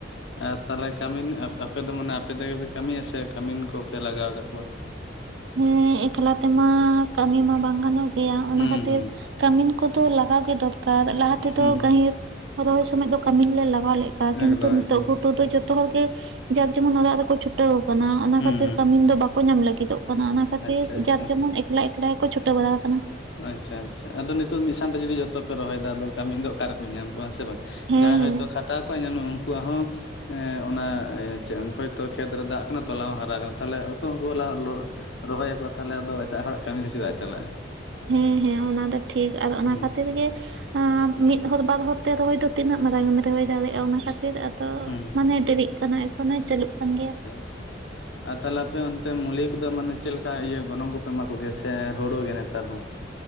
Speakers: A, on the left; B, on the right.
A: ᱟᱨ ᱛᱟᱦᱚᱞᱮ ᱠᱟᱹᱢᱤᱱ ᱟᱯᱮ ᱫᱚ ᱢᱚᱱᱮ ᱟᱯᱮ ᱛᱮᱜᱮᱯᱮ ᱠᱟᱹᱢᱤᱭᱟ ᱥᱮ ᱠᱟᱹᱢᱤᱱ ᱠᱚᱯᱮ ᱞᱟᱜᱟᱣ ᱟᱠᱟᱫ ᱠᱚᱣᱟ
B: ᱦᱮᱸ ᱮᱠᱞᱟ ᱛᱮᱢᱟ ᱠᱟᱹᱢᱤ ᱢᱟ ᱵᱟᱝ ᱜᱟᱱᱚᱜ ᱜᱮᱭᱟ ᱚᱱᱟ
A: ᱦᱩᱸ
B: ᱠᱷᱟᱹᱛᱤᱨ
A: ᱦᱩᱸ
B: ᱠᱟᱹᱢᱤᱱ ᱠᱚ ᱛᱚ ᱞᱟᱜᱟᱣ ᱜᱮ ᱫᱚᱨᱠᱟᱨ ᱞᱟᱦᱟ ᱛᱮᱫᱚ
A: ᱦᱩᱸ
B: ᱜᱟᱹᱦᱤᱨ ᱨᱚᱦᱚᱭ ᱥᱚᱢᱚᱭ ᱫᱚ ᱠᱟᱹᱢᱤᱱ ᱞᱮ ᱞᱟᱜᱟᱣ ᱞᱮᱫᱠᱚᱣᱟ ᱠᱤᱱᱛᱩ
A: ᱮᱠᱫᱚᱢ
B: ᱱᱤᱛᱚᱜ
A: ᱮᱠᱫᱚᱢ
B: ᱜᱷᱩᱴᱩ ᱫᱚ ᱡᱚᱛᱚ ᱦᱚᱲ ᱜᱮ ᱡᱟᱨ ᱡᱮᱢᱚᱱ ᱚᱲᱟᱜ ᱨᱮᱠᱚ ᱪᱷᱩ <inaudible> ᱠᱟᱱᱟ ᱚᱱᱟ
A: ᱦᱩᱸ
B: ᱠᱷᱟᱹᱛᱤᱨ
A: ᱦᱩᱸ
B: ᱠᱟᱹᱢᱤᱱ ᱫᱚ ᱵᱟᱠᱚ ᱧᱟᱢ ᱞᱟᱹᱜᱤᱫᱚᱜ ᱠᱟᱱᱟ ᱚᱱᱟ ᱠᱷᱟᱹᱛᱤᱨ
A: ᱟᱪᱪᱷᱟ ᱟᱪᱪᱷᱟ
B: ᱡᱟᱨ ᱡᱮᱢᱚᱱ ᱮᱠᱞᱟᱭ ᱮᱠᱞᱟᱭ ᱠᱚ ᱪᱷᱩᱴᱟᱹᱣ ᱵᱟᱲᱟ ᱟᱠᱟᱱᱟ
A: ᱟᱪᱷᱟ ᱟᱪᱷᱟ ᱟᱫᱚ ᱱᱤᱛᱚᱜ ᱢᱤᱫ ᱥᱟᱱᱛᱮ ᱡᱩᱫᱤ ᱡᱚᱛᱚ ᱯᱮ ᱨᱚᱦᱚᱭ ᱫᱟ ᱟᱫᱚ ᱠᱟᱹᱢᱤᱱ ᱫᱚ ᱚᱠᱟ ᱨᱮᱯᱮ ᱧᱟᱢ ᱠᱚᱣᱟ ᱦᱮᱸᱥᱮ ᱵᱟᱝ <inaudible>
B: ᱦᱮᱸ
A: ᱡᱟᱦᱟᱸᱭ
B: ᱦᱮᱸ
A: ᱦᱚᱭᱛᱳ ᱠᱷᱟᱴᱟᱣ ᱠᱚᱣᱟ ᱧᱮᱞᱢᱮ ᱩᱱᱠᱩᱣᱟᱜ ᱦᱚᱸ ᱦᱮᱸᱚᱱᱟ <inaudible> ᱦᱚᱭᱛᱚ ᱠᱷᱮᱛᱨᱮ ᱫᱟᱜ ᱟᱠᱟᱱᱟ ᱛᱚᱞᱟ ᱦᱚᱸ ᱦᱟᱨᱟ ᱠᱟᱱᱟ ᱛᱟᱦᱚᱞᱮ ᱟᱠᱚᱭ ᱦᱚᱸᱠᱚ ᱞᱟ <inaudible> ᱨᱚᱦᱚᱭᱟᱠᱚ ᱛᱟᱦᱚᱞᱮ ᱟᱫᱚ ᱮᱴᱟᱜ ᱦᱚᱲᱟᱜ ᱠᱟᱹᱢᱤ ᱫᱚ ᱪᱮᱫᱟᱜ ᱮ ᱪᱟᱞᱟᱜᱼᱟ
B: ᱦᱮᱸ ᱦᱮᱸ ᱚᱱᱟ ᱫᱚ ᱴᱷᱤᱠ ᱟᱨ ᱚᱱᱟ
A: ᱦᱩᱸ
B: ᱠᱷᱟᱹᱛᱤᱨ ᱜᱮ ᱟᱨ ᱢᱤᱫ ᱦᱚᱲ ᱵᱟᱨ ᱦᱚᱲ ᱛᱮ ᱨᱚᱦᱚᱭ ᱫᱚ ᱛᱤᱱᱟᱹᱜ ᱢᱟᱨᱟᱝ ᱮᱢ ᱨᱚᱦᱚᱭ ᱫᱟᱲᱮᱭᱟᱜᱼᱟ ᱚᱱᱟ ᱠᱷᱟᱛᱤ ᱠᱷᱟᱹᱛᱤᱨ ᱟᱫᱚ
A: ᱦᱩᱸ
B: ᱢᱟᱱᱮ ᱰᱮᱨᱤᱜ ᱠᱟᱱᱟ ᱮᱠᱷᱚᱱᱚᱭ ᱪᱟᱹᱞᱩᱜ ᱠᱟᱱ ᱜᱮᱭᱟ
A: <unintelligible> ᱟᱨ ᱛᱟᱦᱚᱞᱮ ᱟᱯᱮ ᱚᱱᱛᱮ ᱢᱩᱞᱭᱟᱹ ᱠᱚᱫᱚ ᱢᱟᱱᱮ ᱪᱮᱞᱮᱠᱟ ᱤᱭᱟᱹ ᱜᱚᱱᱚᱝ ᱠᱚᱯᱮ ᱮᱢᱟ ᱠᱚᱜᱮᱭᱟ ᱥᱮ ᱦᱩᱲᱩ ᱜᱮ ᱱᱮᱛᱟᱨ ᱦᱚᱸ